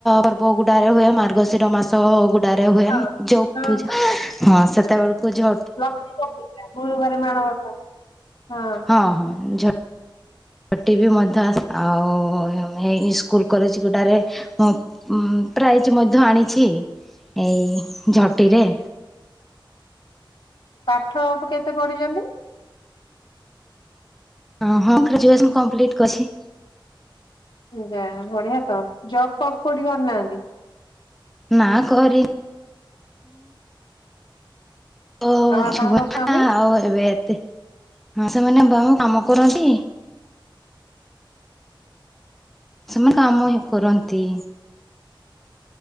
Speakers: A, in the centre; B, on the left.
A: ପର୍ବ ଗୁଡାରେ ଯୋଉ ହୁଏ, ମାର୍ଗଶିର ମାସ ସ ଗୁଡରେ ହୁଏ।
B: ହଁ
A: ଯୋଉ
B: ହଁ
A: ପୂଜା ହଁ ସେତେବେଳକୁ ଝ
B: ଲକ୍ଷ୍ମୀଙ୍କ ପୂଜା ଗୁରୁବାରେ ମାଣବସା। ହଁ।
A: ହଁ ହଁ ଝ ଝଟି ବି ମଧ୍ୟ ଆସ୍। ଆଉ ଏଇ ସ୍କୁଲ କଲେଜ ଗୁଡ଼ାରେ ହଁ ପ୍ରାଇଜ ମଧ୍ୟ ଆଣିଛି, ଏଇ ଝୋଟିରେ।
B: ପାଠ ଅବ୍ କେତେ ପଢିଛନ୍ତି?
A: ହଁ ହଁ ଗ୍ରାଜୁଏସନ୍ କମ୍ପ୍ଲିଟ୍ କଛି।
B: ଯା ବଢିଆ ତ। ଜବ୍ ଫବ୍ କୋଉଠି କରିନାହାନ୍ତି।
A: ନାଁ, କରି ଓ
B: ଆଉ ଆପଣଙ୍କ
A: ଛୁଆ।
B: ସ୍ଵାମୀ?
A: ଆଉ ଏବେ ଏତେ ହଁ ସେମାନେ <unintelligible> କାମ କରନ୍ତି। ସେମାନେ କାମ ହିଁ କରନ୍ତି।